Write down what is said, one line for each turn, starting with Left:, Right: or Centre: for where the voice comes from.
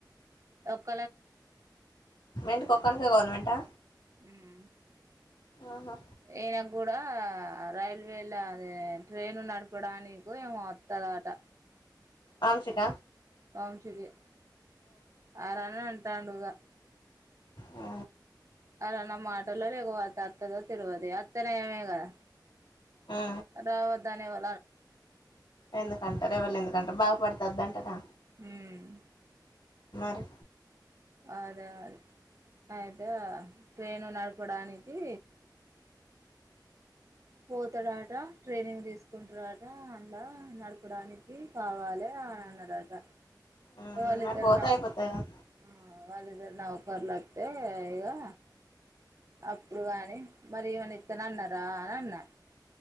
Right: ఒకే
Left: మంట కొక్కనిక గవర్నమెంటా
Right: మ్మ్
Left: ఆహా
Right: ఈయన కూడా రైల్వేల అద ట్రైను నడపడానికి ఏమో వత్తదట
Left: ఆంషిక
Right: వంశీ కే అరనా అంట తండ్రగ్
Left: ఆ
Right: అలా నా మాటల్లో లేకుపోత అత్తదో తిరుగుదు అత్తనే ఏమే కదా
Left: ఆ
Right: రావత దానే వ
Left: ఎందుకంటారు ఎవల్నే ఎందుకంటారు బాగుపడితే వద్దంటనా
Right: హ్మ్
Left: మరి
Right: అదే అదే అయితే ట్రైను నడపడానికి పోతాడట ట్రైనింగ్ తీసుకుంటాడట అన్లా నడపడానికి కావాలే అని అన్నాడట
Left: మ్మ్
Right: వాల్లిద్దరు
Left: మరి పోతే
Right: నవ్
Left: అయిపోతది కదా
Right: ఆ వాళ్లిద్దరు నవ్ వర్లత్తె ఇగా అప్పుడు గాని మరి ఏమన ఇత్తను అన్నా రా అనా అన్న